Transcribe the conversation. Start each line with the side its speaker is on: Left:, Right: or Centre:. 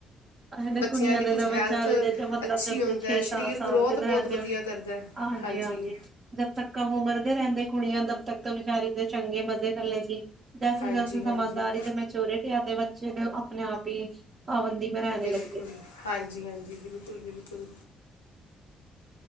Right: ਅ
Left: ਬੱਚਿਆਂ
Right: ਕੁਨੀਆਂ
Left: ਦੀ
Right: ਦੇ
Left: ਕੁਝ ਹੈਲਥ
Right: ਵਿਚਾਰੇ ਦੇ ਮਤਲਬ
Left: ਅੱਛੀ ਹੁੰਦਾ
Right: ਜ ਛੇ
Left: ਹੈ ਸਰੀਰ
Right: ਸੱਤ ਸਾਲ
Left: ਗਰੋਥ
Right: ਸ
Left: ਬਹੁਤ
Right: ਰਹਿੰਦੇ
Left: ਵਧੀਆ
Right: ਹੋ।
Left: ਕਰਦਾ ਹੈ
Right: ਹਾਂਜੀ-ਹਾਂਜੀ
Left: ਹਾਂਜੀ
Right: ਜਦ ਤੱਕ ਕਮ ਉਮਰ ਦੇ ਰਹਿੰਦੇ ਕੁੜੀਆਂ ਦਬ ਤੱਕ ਤੋਂ ਵਿਚਾਰੀ ਦੇ ਚੰਗੇ, ਮਜ਼ੇ ਕਰੱਲੇ ਸੀ। ਜੈਸ-ਜੈਸੇ
Left: ਹਾਂਜੀ
Right: ਸਮਝਦਾਰੀ
Left: ਹਾਂਜੀ
Right: ਤੇ, ਮੈਚੋ੍ਰਿਟੀ ਆਤੇ ਵਕਤ ਜਿਦੋਂ ਆਪਣੇ ਆਪ ਹੀ ਪਾਬੰਦੀ ਮੈਂ ਰਹਿਣੇ
Left: ਬਿਲਕੁਲ
Right: ਲੱਗਦੀ
Left: ਹਾਂਜੀ-ਹਾਂਜੀ। ਬਿਲਕੁਲ-ਬਿਲਕੁਲ।